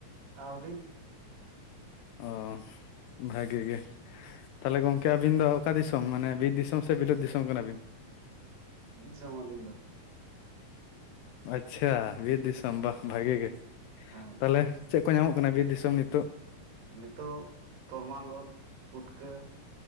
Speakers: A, on the right (about 80°); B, on the left (about 80°).
A: ᱟᱣᱨᱤ
B: ᱚ ᱵᱷᱟᱜᱤ ᱜᱮ᱾ ᱛᱟᱦᱞᱮ ᱜᱚᱝᱠᱮ ᱟᱹᱵᱤᱱ ᱫᱚ ᱚᱠᱟ ᱫᱤᱥᱚᱢ ᱠᱟᱱᱟ ᱵᱤᱱ? ᱵᱤᱨ ᱫᱤᱥᱚᱢ ᱥᱮ ᱵᱤᱞᱟᱹᱛ ᱫᱤᱥᱚᱢ ᱠᱟᱱᱟ ᱵᱤᱱ?
A: ᱥᱚᱢ ᱟᱞᱤᱧ ᱫᱚ ᱾
B: ᱟᱪᱪᱷᱟ ᱵᱤᱨ ᱫᱤᱥᱚᱢ
A: ᱦᱮᱸ
B: ᱵᱟᱦ ᱵᱷᱟᱜᱤ ᱜᱮ ᱾
A: ᱦᱮᱸ
B: ᱛᱟᱦᱞᱮ ᱪᱮᱫ ᱠᱚ ᱧᱟᱢᱚᱜ ᱠᱟᱱᱟ ᱵᱤᱨ ᱫᱤᱥᱚᱢ ᱱᱤᱛᱚᱜ
A: ᱱᱤᱛᱚᱜ ᱛᱚᱨᱢᱟᱱ ᱩᱫᱽ, ᱯᱩᱴᱠᱟᱹ ᱾